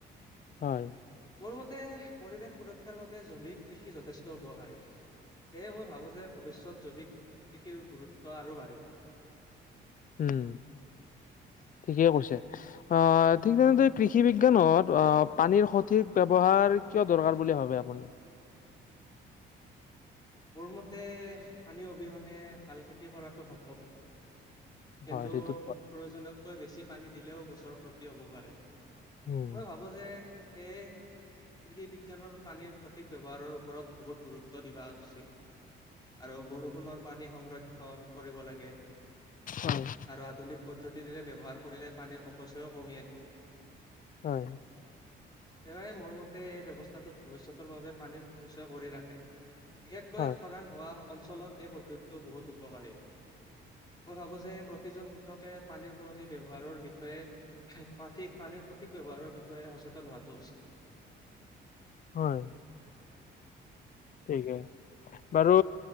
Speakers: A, on the left; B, on the left.
A: হয়
B: মোৰ মতে পৰিৱেশ সুৰক্ষাৰ বাবে জৈৱিক কৃষি যথেষ্ট উপকাৰী। সেয়ে মই ভাবোঁ যে ভৱিষ্যত জৈৱিক কৃষিৰ গুৰুত্ব আৰু বাঢ়িব।
A: উম।
B: <inaudible>
A: ঠিকেই কৈছে। আহ ঠিক তেনেদৰে কৃষি বিজ্ঞানত অ পানীৰ সঠিক ব্যৱহাৰ কিয় দৰকাৰ বুলি ভাবে আপুনি?
B: মোৰ মতে পানী অবিহনে ভাল খেতি কৰাটো সম্ভৱ নহয়। কিন্তু
A: হয় সেইটোত
B: প্ৰয়োজনতকৈ বেছি পানী দিলেও গছৰ ক্ষতি হ'ব পাৰে।
A: উম
B: মই ভাবো যে সেয়েহে কৃষি বিজ্ঞানৰ পানীৰ সঠিক ব্যৱহাৰৰ ওপৰত বহুত গুৰুত্ব দিবা উচি ত আৰু বৰষুণৰ পানী সংৰক্ষণ কৰিব লাগে,
A: হয়
B: আৰু আধুনিক পদ্ধতিৰে ব্যৱহাৰ কৰিলে পানীৰ অপচয়ো কমে।
A: হয়।
B: সেইবাবে মোৰ মতে এই ব্যৱস্থাটোত ভৱিষ্যতৰ বাবে পানীৰ সঞ্চয় কৰি ৰাখে। বিশেষকৈ
A: হয়
B: খৰাং হোৱা অঞ্চলত এই পদ্ধতিটো বহুত উপকাৰী। মই ভাবো যে প্ৰতিজন কৃষকে পানীৰ সলনি ব্যৱহাৰৰ বিষয়ে পাঠি - পানীৰ সঠিক ব্যৱহাৰৰ বিষয়ে সচেতন হোৱা তছে
A: হয়। ঠিক বাৰু